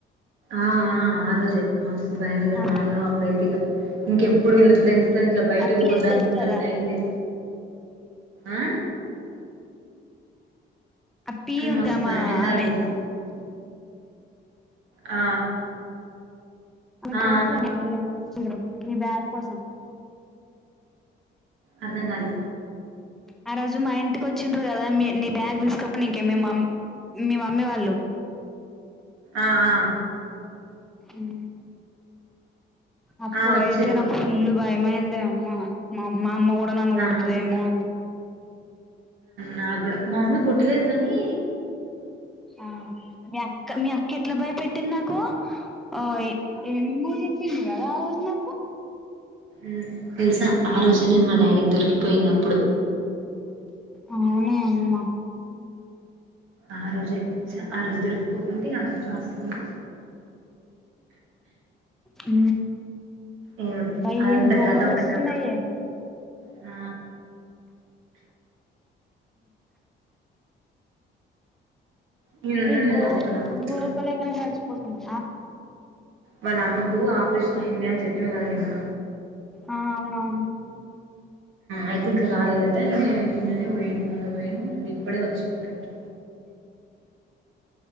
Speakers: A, on the right; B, in the centre.
A: ఆ ఆ ఆరోజే మస్తు భయం అయింది
B: ఆ
A: రా నాయనో అప్పుడైతే ఇగా ఇంకెప్పుడు వీళ్ల ఫ్రెండ్స్ తోని ఇట్లా బయటకి
B: ఆ పి
A: పోవద్దు
B: తెలుస్తదా
A: అనుకున్నట్టు అయింది ఆ
B: అ పీ
A: కానీ
B: ఉందా
A: మస్తు
B: మా
A: భయమైంది
B: ఆమె
A: ఆ రోజు ఆ
B: ఆమీకు
A: ఆ
B: తెలుసుగా మా ఇళ్లకు వచ్చిండ్రు మీ బ్యాగ్ కోసం
A: అర్ధంగాలే
B: ఆ రోజు మా ఇంటికి వచ్చిండ్రు కదా మీ నీ బ్యాగ్ తీసుకపోనికి మీ మామ్ మీ మమ్మీ వాళ్ళు
A: ఆ ఆ
B: ఊ అప్పుడైతే
A: ఆ వచ్చిరు
B: నాకు ఫుల్ భయమైందే అమ్మ మా మా అమ్మ కూడా నన్ను
A: నాకు
B: కొడుతదేమో
A: కూడా
B: అని
A: నా గూడా మా మమ్మీ కొట్టలేదు గానీ
B: ఆ మీ అక్క మీ అక్క ఎట్లా భయపెట్టింది నాకు ఆ ఏమేమో చెప్పింది కదా ఆ రోజు నా
A: ఊ తెలుసా ఆ రోజు నేను మా డాడీకి దొరికిపోయింది అప్పుడు
B: అవునే అమ్మా
A: ఆ రోజే చ ఆ రోజు దొరికిపోకుంటే అంత మస్తుండే
B: ఊ
A: ఏమిటి
B: అబ్బా
A: అదంతా
B: ఏం దోమలస్తున్నయే
A: గతం ఆ నేను ఉన్నాడు
B: ఈ
A: కదా
B: గో
A: అదే వాళ్ళ అమ్మకు
B: గోకలేకనే చచ్చిపోతున్నా
A: వాళ్ళ అమ్మకు ఆపరేషన్ అయింది అని చెప్పిన కదా నిన్న
B: ఆ అవునవును
A: అయితే ఇంకా కాలేదట ఈనే నిన్ననే వో మొన్న వోయిండు మళ్ళా ఇప్పుడే వచ్చిండు ఇక్కడికి